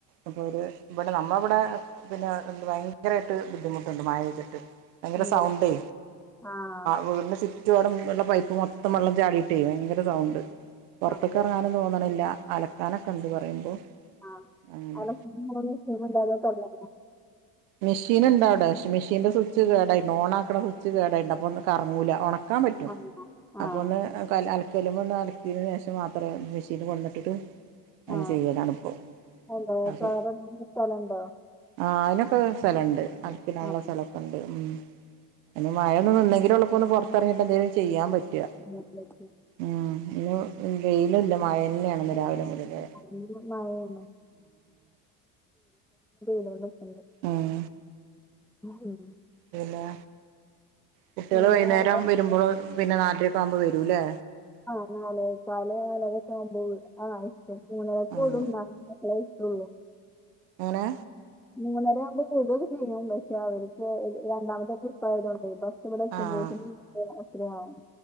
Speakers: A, on the right; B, in the centre.
A: അപ്പൊ ഒര് ഇവടെ നമ്മവിടെ പിന്നെ ഭയങ്കരമായിട്ട് ബുദ്ധിമുട്ടുണ്ട് മഴ പെയ്തിട്ട് ഭയങ്കര
B: എന്തല്ലേ
A: സൗണ്ടേ
B: ആഹ്
A: വീടിന് ചു റ്റു പാടും വെള്ളം പൈപ്പ് മൊത്തം വെള്ളം ചാടിയിട്ടേ ഭയങ്കര സൗണ്ട് പുറത്തേക്ക്
B: സൗണ്ട്
A: ഇറങ്ങാനും
B: ഉണ്ട്
A: തോന്നണില്ല അലക്കാനൊക്കെ ഉണ്ട് പറയുമ്പോൾ
B: ആഹ്
A: അങ്ങനെ
B: <unintelligible>
A: മെഷീൻ ഉണ്ടവിടെ പക്ഷെ മെഷീന്റെ സ്വിച്ച് കേടായിണ്ട് ഓണ ആക്കണ സ്വിച്ച് കേടായിണ്ട് അപ്പൊ കറങ്ങൂല ഒണ ക്കാൻ പറ്റും
B: ആഹ് ആഹ്
A: അപ്പോ ഒന്ന് കല് അല ചെളി മണ്ണും അലക്കിയതിന് ശേഷം മാത്രേ മെഷീനില് കൊണ്ടന്നിട്ടിട്ട് അങ്ങനെ
B: ആഹ്
A: ചെയ്യലാണിപ്പൊ
B: എന്താ
A: അത്
B: തോരയിടാൻ സ്ഥലമുണ്ടോ
A: ആ അതിനൊക്കെ സ്ഥലം ഉണ്ട് അലക്കി ഇടാന്ള്ള
B: ആഹ്
A: സ്ഥലൊക്കെ ഉണ്ട് ഉം പിന്നെ മഴയൊന്നും നിന്നെങ്കിലേ ഉള്ളൂ ഇപ്പൊ ഒന്ന് പുറത്തിറങ്ങീട്ട് എന്തെങ്കിലും ചെയ്യാൻ പറ്റാ
B: <unintelligible>
A: ഉം ഇന്ന് വെയിലല്ല മഴ ന്നെയാണ് ഇന്ന് രാവിലെ മുതലെ
B: <unintelligible> മഴയല്ലേ <unintelligible>
A: ഉം
B: <unintelligible>
A: പിന്നെ കുട്ടികള്
B: പിന്നെ
A: വൈന്നേരം
B: അവിടെ
A: വരുമ്പോൾ പിന്നെ നാലരയൊക്കെ ആവുമ്പോ വരൂല്ലേ
B: ആഹ് നാലെക്കാല് നാലര ഒക്കെ ആവുമ്പോ ആഹ് ഇപ്പൊ മൂന്നരക്ക്
A: ആഹ്
B: വിടും എന്നാലും <unintelligible> ട്ടൊള്ളു
A: എങ്ങനെ
B: മൂന്നര ആവുമ്പോൾ കൂടുതൽ ചെയ്യും പക്ഷെ അവർക്ക് രണ്ടാമത്തെ ട്രിപ്പ് ആയതോണ്ടേ ഇപ്പൊ ഇവിടെ എത്തുമ്പോത്തിനു
A: ആഹ്
B: <unintelligible> എത്രയാകും